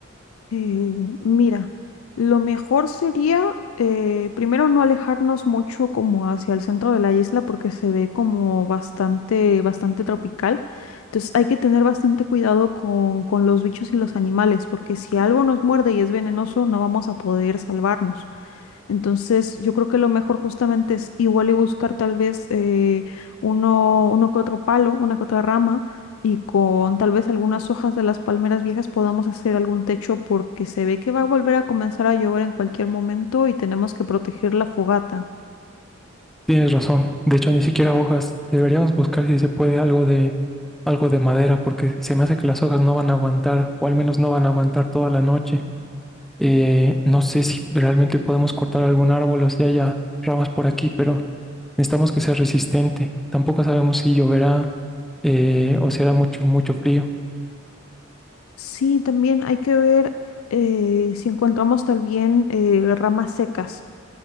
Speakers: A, on the left (about 80°); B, in the centre.
A: Eh, mira, lo mejor sería eh, primero no alejarnos mucho como hacia el centro de la isla porque se ve como bastante, bastante tropical. Entonces hay que tener bastante cuidado con, con los bichos y los animales porque si algo nos muerde y es venenoso no vamos a poder salvarnos. Entonces, yo creo que lo mejor justamente es igual y buscar tal vez eh, uno, uno que otro palo, una que otra rama, y con tal vez algunas hojas de las palmeras viejas podamos hacer algún techo porque se ve que va a volver a comenzar a llover en cualquier momento y tenemos que proteger la fogata.
B: Tienes razón. De hecho, ni siquiera hojas. Deberíamos buscar si se puede algo de algo de madera, porque se me hace que las hojas no van a aguantar, o al menos no van a aguantar toda la noche. Eh, no sé si realmente podemos cortar algún árbol o si haya ramas por aquí, pero necesitamos que sea resistente. Tampoco sabemos si lloverá eh, o si hará mucho, mucho frío.
A: Sí, también hay que ver eh, si encontramos también eh, ramas secas,